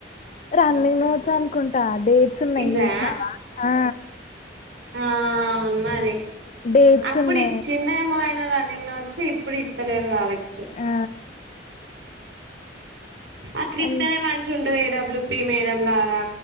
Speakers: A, on the left; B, on the right.
A: రన్నింగ్ నో చ్చు అనుకుంట. డేట్స్ ఉన్నాయి
B: ఇదా
A: చూశినవా ఆ
B: ఆ అవున్ మరి
A: డేట్స్
B: అప్పుడు
A: ఉన్నాయి
B: ఇచ్చిందేమో. నా రన్నింగ్ నోట్స్. చీ ఇప్పుడు ఇత్తలేడు కావచ్చు.
A: ఆ
B: అట్లు ఇత్తనే
A: అన్
B: మంచిగుండు. ఎడబ్ల్ల్యు పి మేడం లాగా.